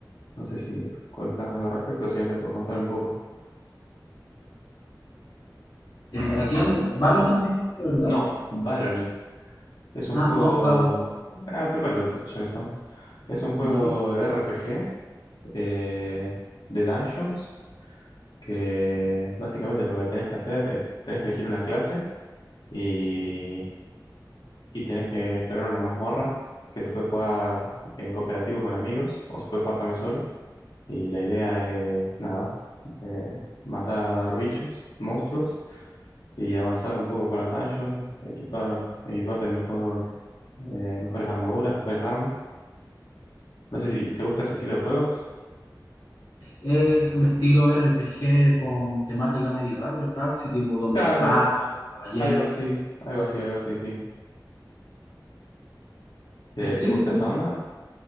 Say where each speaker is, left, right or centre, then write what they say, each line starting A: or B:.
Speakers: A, on the left; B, on the left.
A: No sé si conozcas algo al respecto, si no te puedo contar un poco.
B: Eh, aquí ando. Valorant dijiste, ¿verdad?
A: No, Barony. Es un
B: Ah,
A: juego...
B: no, Valorant.
A: Ah, te cuento entonces, ya que estamos. Es un juego
B: Ujú.
A: RPG eh, de Dungeons, que básicamente lo que tenés que hacer es, tenés que elegir una clase y y tenés que explorar una mazmorra que se puede jugar en cooperativo con amigos o se puede jugar también solo. Y la idea es, nada, eh, matar bichos, monstruos y avanzar un poco con las dungeons, equipar, equiparte mejor, eh, mejores armaduras, mejores armas. No sé si te gusta ese estilo de juegos.
B: Es un estilo RPG con temática medieval, ¿verdad? Sí, tipo donde
A: Claro,
B: hay magos, caballeros.
A: algo así, algo así, algo así, sí. ¿Te,
B: Sí,
A: te gusta
B: cool.
A: esa onda?